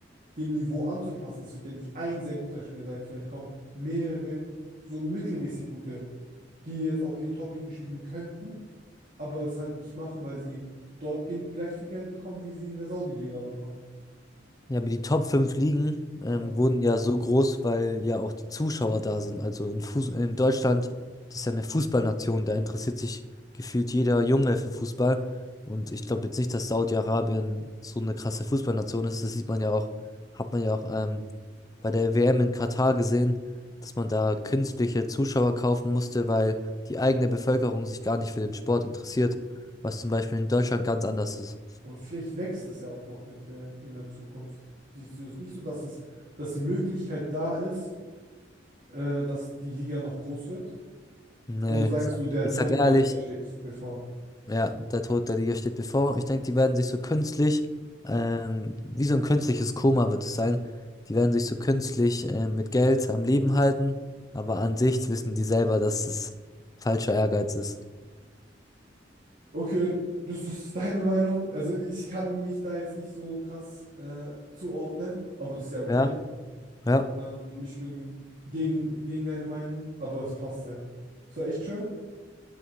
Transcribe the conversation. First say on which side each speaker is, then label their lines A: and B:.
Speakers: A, on the right (about 50°); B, on the left (about 20°).
A: dem Niveau anzupassen. Es wird ja nicht ein sehr guter Spieler sein. Vielleicht kommen mehrere so mittelmäßig gute, die jetzt auch in den Top-Ligen spielen könnten, aber es halt nicht machen, weil sie dort gen- gleich viel Geld bekommen, wie sie in der Saudi-Liga bekommen.
B: Ja, aber die Top 5 Ligen ähm,
A: Ja.
B: wurden ja so groß, weil ja auch die Zuschauer da sind. Also in Fuß in Deutschland, das ist ja eine Fußballnation, da interessiert sich gefühlt jeder Junge für Fußball. Und ich glaube jetzt nicht, dass Saudi-Arabien so eine krasse Fußballnation ist. Das sieht man ja auch, hat man ja auch ähm, bei der WM in Katar gesehen, dass man da künstliche Zuschauer kaufen musste, weil die eigene Bevölkerung sich gar nicht für den Sport interessiert, was zum Beispiel in Deutschland ganz anders ist.
A: Aber vielleicht wächst es ja auch noch mit der, in der Zukunft. Siehst du es nicht so, dass es, dass die Möglichkeit da ist, äh, dass die Liga noch groß wird?
B: Nee,
A: Oder sagst
B: sag,
A: du, der
B: ich
A: Tod
B: sag ehrlich.
A: der Liga steht bevor?
B: Ja, der Tod der Liga steht bevor. Und ich denke, die werden sich so künstlich, ähm, wie so ein künstliches Koma wird es sein. Die werden sich so künstlich, äh, mit Geld am Leben halten. Aber an sich wissen die selber, dass es falscher Ehrgeiz ist.
A: Okay, das ist deine Meinung. Also ich kann mich da jetzt nicht so krass äh, zuordnen, aber das ist ja okay.
B: Ja, ja,
A: Ähm, ich bin gegen, gegen deine Meinung, aber es passt ja. Es war echt schön.